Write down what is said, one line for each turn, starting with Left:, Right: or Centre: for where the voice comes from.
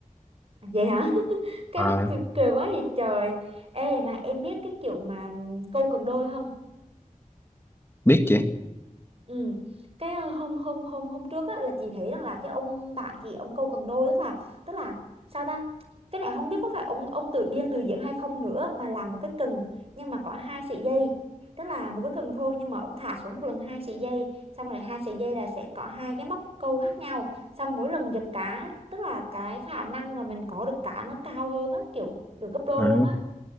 Right: À, vậy hả <laughs> cái
Left: À,
Right: mắc cười, cười quá vậy trời ê mà em biết cái kiểu mà ừ, câu cần đôi không
Left: biết chị
Right: Ừ. Cái ờ, hôm hôm hôm hôm trước á, là chị thấy rằng là cái ông bạn chị ông câu cần đôi tức là tức là sao ta cái này không biết có phải ông ông tự biên tự diễn hay không nữa mà làm một cái cần nhưng mà có hai sợi dây tức là một cái cần thôi nhưng mà ông thả xuống một lần hai sợi dây xong rồi hai sợi dây là sẽ có hai cái móc câu khác nhau xong mỗi lần giật cá tức là cái khả năng mà mình có được cá nó cao hơn á kiểu được gấp đôi
Left: à,
Right: luôn á